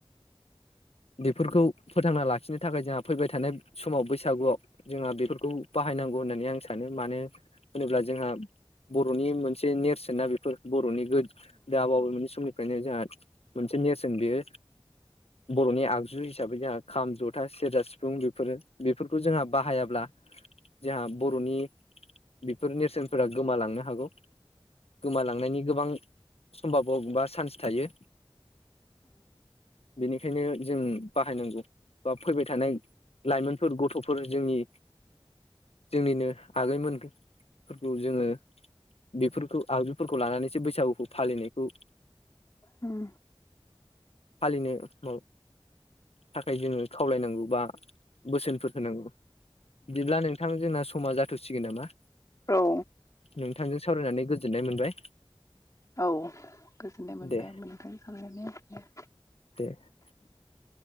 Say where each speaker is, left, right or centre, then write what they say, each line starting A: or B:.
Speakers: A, on the left (about 85°); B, on the left (about 35°).
A: बेफोरखौ फोथांना लाखिनो थाखाय जोंहा फैबाय थानाय समाव बैसागुआव जोंहा बेफोरखौ बाहायनांगौ होननानै आं सानो मानो होनोब्ला जोंहा बर'नि मोनसे मोनसे नेरसोन ना बेफोर बर'नि गोद दा बबे मोननि समनिफ्रायनो जोंहा मोनसे नेरसोन बेयो बर'नि आगजु हिसाबै जोंहा खाम जथा सेरजा सिफुं बेफोरो बेफोरखौ जोंहा बाहायाब्ला जोंहा बर'नि बेफोर नेरसोनफोरा गोमालांनो हागौ। गोमालांनायनि गोबां समभाबाव बा चान्स थायो बेनिखायनो जों बाहायनांगौ बा फैबाय थानाय लाइमोनफोर गथ'फोर जोंनि जोंनिनो आगैमोनफोरखौ जोङो बेफोरखौ आगिफोरखौ लानानैसो बैसागुखौ फालिनायखौ
B: उम
A: फालिनो थाखाय जोङो खावलायनांगौ बा बोसोनफोर होनांगौ बिदिब्ला नोंथां जोंना समा जाथ'सिगोन नामा?
B: औ
A: नोंथांजों सावरायनानै गोजोननाय मोनबाय।
B: औ गोजोननाय मोनबाय
A: दे
B: आंबो नोंथांजों सावरायनानै
A: <unintelligible>